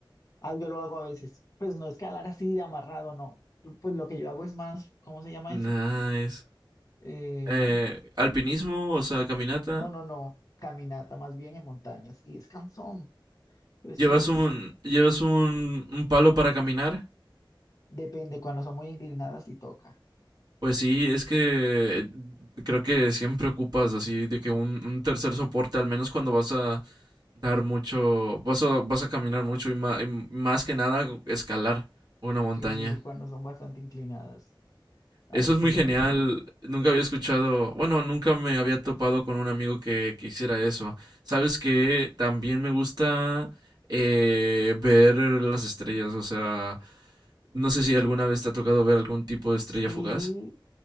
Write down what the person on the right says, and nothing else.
Nice.
Eh, alpinismo, o sea, caminata.
¿Llevas
un, llevas un, un palo para caminar?
Pues sí, es que eh, creo que siempre ocupas así de que un, un tercer soporte, al menos cuando vas a dar mucho, vas a, vas a caminar mucho y, ma- y más que nada escalar una montaña.
Eso es
muy
genial.
Nunca había escuchado, bueno, nunca me había topado con un amigo que, que hiciera eso. Sabes que también me gusta eh, ver las estrellas, o sea, no sé si alguna vez te ha tocado ver algún tipo de
estrella fugaz.